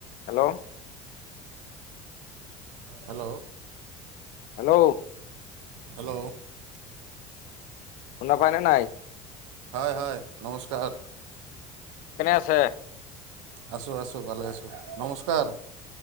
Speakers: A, on the left; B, on the right.
A: হেল্ল'।
B: হেল্ল'।
A: হেল্ল'।
B: হেল্ল'।
A: শুনাপায়নে নাই?
B: হয় হয় নমস্কাৰ।
A: কেনে আছে?
B: আছো, আছো ভালে আছো, নমস্কাৰ।